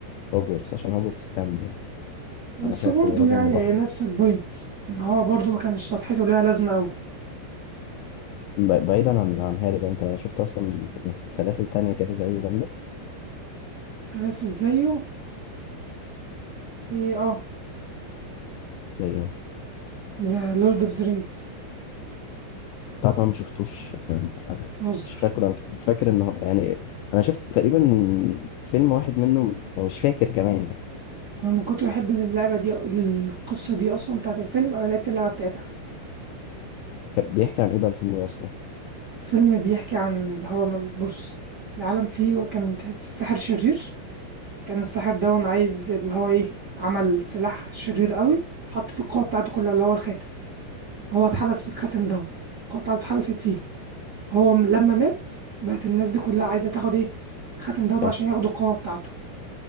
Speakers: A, on the left (about 85°); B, on the right (about 35°).
A: هوجورتس عشان هوجورتس تكمل يعني
B: بس
A: انا شايف
B: برضه
A: هو راجل
B: يعني
A: مضحي
B: هي نفس البوينت ان هو برضه ما كانش شطحته ليها لازمه قوي
A: ب- بعيدا عن عن هاري بقى انت شفت اصلا سلاسل تانية كده زيه جامده
B: سلاسل زيه ايه اه
A: زي ايه
B: ذا لورد اوف ذا رينجز
A: طبعا ما شفتوش يعني آه،
B: بهزر
A: مش فاكر انا فاكر ان هو يعني انا شفت تقريبا فيلم واحد منه أو مش فاكر كمان يعني
B: انا من كتر احب اللعبه دي القصه دي اصلا بتاعت الفيلم انا لعبت اللعبه بتاعتها
A: كان بيحكي عن ايه بقى الفيلم ده اصلا
B: فيلم بيحكي عن اللي هو من- بص العالم فيه كان الساحر شرير كان الساحر ده عايز اللي هو ايه عمل سلاح شرير قوي حط في القوة بتاعته كلها اللي هو الخاتم هو اتحبس في الخاتم ده القوة بتاعته اتحبست فيه هو م- لما مات بقت الناس دي كلها عايزة تاخد ايه الخاتم ده
A: فاتح
B: عشان ياخدوا القوة بتاعته